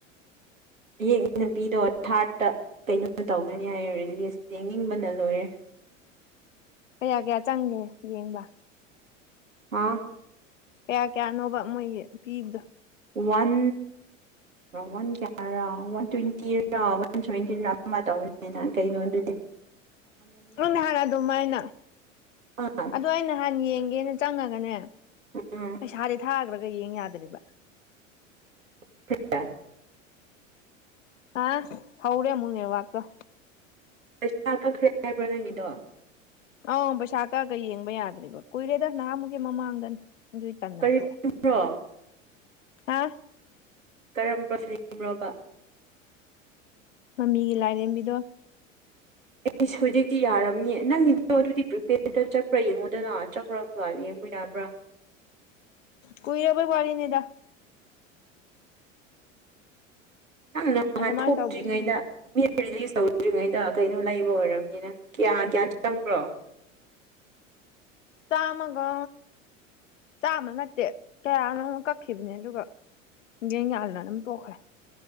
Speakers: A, on the right; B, on the left.
A: ꯌꯦꯡ ꯅꯨꯄꯤꯗꯣ ꯊꯥꯔꯠꯇ ꯀꯩꯅꯣ ꯇꯧꯒꯅꯤ ꯍꯥꯏꯌꯦ ꯔꯤꯂꯤꯁ ꯌꯦꯡꯅꯤꯡꯕꯅ ꯂꯣꯏꯔꯦ <inaudible>
B: ꯀꯌꯥ ꯀꯌꯥ ꯆꯪꯒꯦ ꯌꯦꯡꯕ
A: ꯍꯥꯥ
B: ꯀꯌꯥ ꯀꯌꯥꯅꯣꯕ ꯃꯣꯏꯒꯤ ꯄꯤꯕꯗꯣ
A: ꯋꯥꯟ ꯋꯥꯟ ꯀꯌꯥꯔ ꯋꯥꯟ ꯇ꯭ꯋꯦꯟꯇꯤꯔ ꯋꯥꯟ ꯁꯚꯦꯟꯇꯤꯔ ꯑꯃꯃ ꯇꯧꯕꯅꯤꯅ ꯀꯩꯅꯣ ꯑꯗꯨꯗꯤ <inaudible>
B: ꯅꯪ ꯅꯍꯥꯟ ꯑꯗꯨꯝ ꯍꯥꯏꯥꯏꯅ
A: ꯑꯥ
B: ꯑꯗ ꯑ ꯅꯍꯥꯟ ꯌꯦꯡꯒꯦꯅ ꯆꯪꯉꯒꯅꯦ
A: ꯎꯝ
B: ꯄꯩꯁꯥꯗꯤ ꯊꯥꯈ꯭ꯔꯒ ꯌꯦꯡ ꯌꯥꯗ꯭ꯔꯤꯕ
A: <inaudible>
B: ꯑ ꯍꯧꯧꯔꯦꯃꯨꯅꯤ ꯋꯥꯒ
A: ꯄꯩꯁꯥ ꯀꯛꯈ꯭ꯔꯦ ꯍꯥꯏꯕ꯭ꯔꯣ ꯅꯪꯒꯤꯗꯣ
B: ꯑꯪ ꯄꯩꯁꯥ ꯀꯛꯒ ꯌꯦꯡꯕ ꯌꯥꯗ꯭ꯦꯔꯤꯕ ꯀꯨꯏꯔꯦꯗ ꯅꯍꯥꯃꯨꯛ ꯃꯃꯥꯡꯗꯅꯦ ꯑꯗꯨꯏ ꯇꯟꯗꯅ
A: ꯀꯔꯤꯕ꯭ꯔꯣ
B: ꯇꯣꯛꯑꯦ ꯍꯥ
A: ꯀꯔꯝꯕ ꯐꯤꯂꯝꯂꯝꯣꯕ
B: ꯃꯃꯤꯒꯤ ꯂꯥꯏꯔꯦꯝꯕꯤꯗꯣ
A: ꯑꯩꯁ ꯍꯧꯖꯤꯛꯇꯤ ꯌꯥꯔꯝꯅꯤ ꯅꯪꯒꯤꯗꯣ ꯑꯗꯨꯗꯤ ꯄ꯭ꯔꯤꯄꯦꯗ ꯆꯠꯄ꯭ꯔꯥ ꯌꯦꯡꯉꯣꯗꯅ ꯆꯪ꯭ꯔ ꯀ ꯌꯦꯡꯕ ꯌꯥꯕ꯭ꯔꯥ
B: ꯀꯏꯔꯕꯋꯥꯂꯤꯅꯦꯗꯥ
A: ꯅꯪ ꯅꯍꯥꯟ
B: ꯑꯗꯨꯃꯥꯏꯅ
A: ꯊꯣꯛꯇ꯭ꯔꯤꯉꯩꯗ
B: ꯇꯧꯕ
A: ꯔꯤꯂꯤꯁ ꯇꯧꯗ꯭ꯔꯤꯉꯩꯗ ꯀꯩꯅꯣ ꯂꯩꯕ ꯑꯣꯏꯔꯕꯝꯅꯤꯅ ꯀꯌꯥ ꯀꯌꯥ ꯆꯪꯕ꯭ꯔꯣ <inaudible>
B: ꯇꯥ ꯃꯒꯣ ꯆꯥꯃ ꯅꯠꯇꯦ ꯀꯌꯥꯅꯣ ꯑꯃꯨꯛ ꯀꯛꯈꯤꯕꯅꯦ ꯑꯗꯨꯒ ꯌꯦ ꯌꯥꯂꯅ ꯅ ꯄꯣꯈꯔꯦ